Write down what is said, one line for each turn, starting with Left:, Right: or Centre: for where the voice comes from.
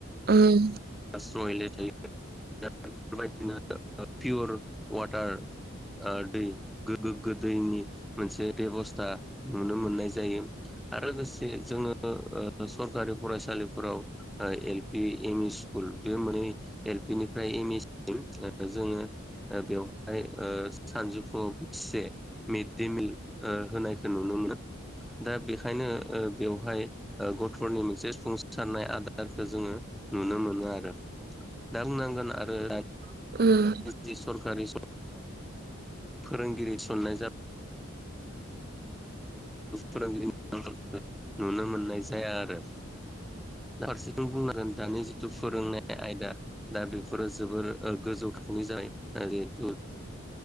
Right: ओम
Centre: <unintelligible> बेबायदिनो पियर वाटार दै गो गोग्गो दैनि मोनसे बेबस्था नुनो मोननाय जायो आरो लोगोसे जोङो सरखारि फरायसालिफोराव एल पि एमइस स्कुल बे मोननै एल पि निफ्राय एम इ सिम जोङो बेवहाय सानजौफु बोथिसे मिड े मिल होनायखौ नुनो मोनो दा बेखायनो बेवहाय गथ'नि मोनसे संसारनाय आदारखौ जोङो नुनो मोनो दा आरो दा बुंनांगोन आरो
Right: <inaudible>
Centre: जि सरकारि फोरोंगिरि थिननाय जाबाय
Right: <inaudible>
Centre: फोरोंगिरि नुनो मोननाय जाया आरो दा बुं द जिथ फोरोंनाय आयदा दा बेफोरो जोबोर गोजौ थाखोनि जाबाय जिथु